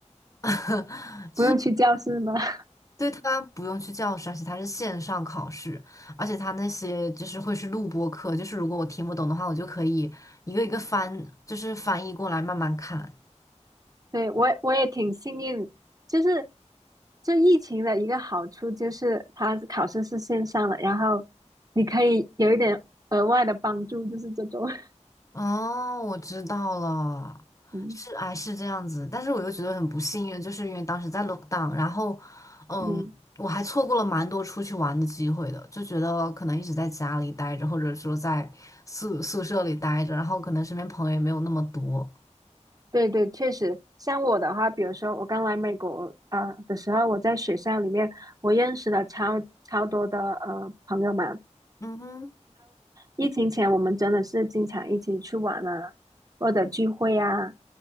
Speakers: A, on the left; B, on the right.
A: <laughs>
B: 不用去教室吗？<laughs>
A: 对，他不用去教室，而且他是线上考试，而且他那些就是会是录播课，就是如果我听不懂的话，我就可以一个一个翻，就是翻译过来慢慢看。
B: 对，我也我也挺幸运，就是这疫情的一个好处就是它考试是线上的，然后你可以有一点额外的帮助，就是这种。<laughs>
A: 哦，我知道了，
B: 嗯
A: 是哎是这样子，但是我又觉得很不幸运，就是因为当时在 lockdown，然后嗯，
B: 嗯，
A: 我还错过了蛮多出去玩的机会的，就觉得可能一直在家里待着，或者说在宿宿舍里待着，然后可能身边朋友也没有那么多。
B: 对对，确实，像我的话，比如说我刚来美国啊、的时候，我在学校里面我认识了超超多的呃朋友们。
A: 嗯哼。嗯
B: 疫情前我们真的是经常一起去玩啊，或者聚会啊，